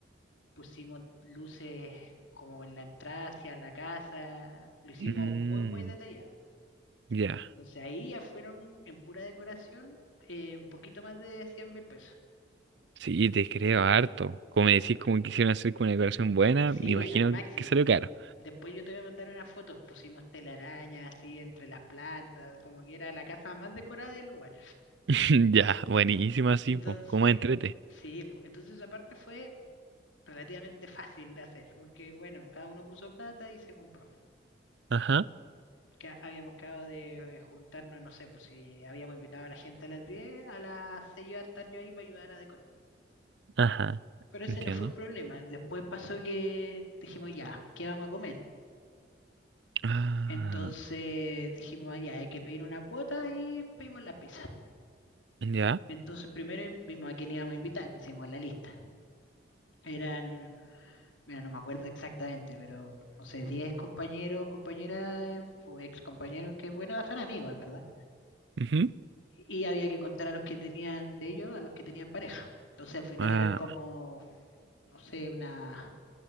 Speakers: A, on the left; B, on the right.
A: pusimos luces como en la entrada hacia la casa, lo hicimos
B: Mm,
A: muy, muy detallado.
B: ya,
A: Entonces ahí ya fueron en pura decoración eh, un poquito más de cien mil pesos.
B: Sí, te creo harto. Como me decís, como quisieron hacer con una decoración buena,
A: Sí,
B: me imagino
A: al máximo.
B: que salió caro.
A: Después yo te voy a mandar unas fotos, pusimos telarañas así entre las plantas, como que era la casa más decorada del lugar.
B: <laughs> Ya, buenísimo así,
A: Entonces,
B: pues, como entrete.
A: eh, sí, po, entonces esa parte fue relativamente fácil de hacer, porque bueno, cada uno puso plata y se compró.
B: Ajá,
A: Que ha- habíamos quedado de eh, juntarnos, no sé, pues si habíamos invitado a la gente a las 10 a las 6 iba a estar yo ahí para ayudar a decorar.
B: ajá,
A: Pero
B: entiendo.
A: ese no fue el problema. Después pasó que dijimos, ya, ¿qué vamos a comer?
B: Ah,
A: Entonces dijimos, "Ah, ya, hay que pedir una cuota y pedimos las pizzas.
B: ya,
A: Entonces primero vimos a quién íbamos a invitar, hicimos la lista. Eran, mira, no me acuerdo exactamente, pero no sé, 10 compañeros, compañeras o ex compañeros que, bueno, son amigos, en verdad.
B: ujú,
A: Y había que contar a los que tenían de ellos, a los que tenían pareja. Entonces al final
B: ah,
A: eran como, no sé, unas